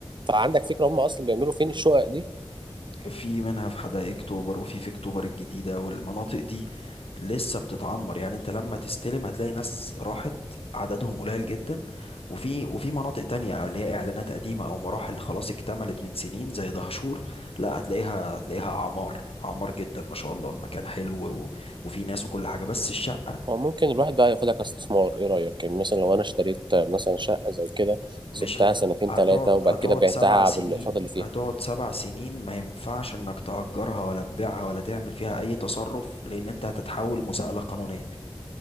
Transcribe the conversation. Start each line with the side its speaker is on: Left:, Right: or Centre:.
Right: فعندك فكرة هم أصلا بيعملوا فين الشقق دي؟
Left: في منها في حدائق اكتوبر وفي في اكتوبر الجديدة والمناطق دي لسه بتتعمر يعني انت لما تستلم هتلاقي ناس راحت عددهم قليل جدا وفي وفي مناطق تانية اللي هي اعلانات قديمة او مراحل خلاص اكتملت من سنين زي دهشور لا هتلاقيها هتلاقيها عمار عمار جدا ما شاء الله المكان حلو و- وفي ناس وكل حاجة بس الشقة
Right: هو ممكن الواحد بقى ياخدها كاستثمار ايه رأيك يعني مثلا لو انا اشتريت مثلا شقة زي كده
Left: مش
Right: سبتها
Left: ه-
Right: سنتين
Left: هتقعد
Right: ثلاثة وبعد
Left: هتقعد
Right: كده بعتها
Left: سبع سنين
Right: بالاقساط اللي فيها
Left: هتقعد سبع سنين ما ينفعش انك تأجرها ولا تبيعها ولا تعمل فيها اي تصرف لان انت هتتحول مساءلة قانونية